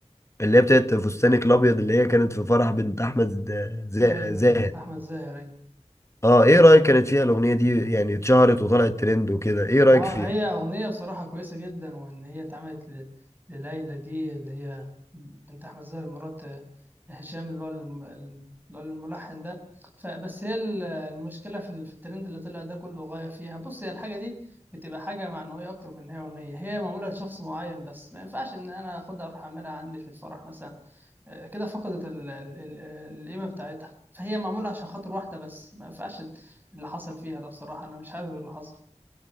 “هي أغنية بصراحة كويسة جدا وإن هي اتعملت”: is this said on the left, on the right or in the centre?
Right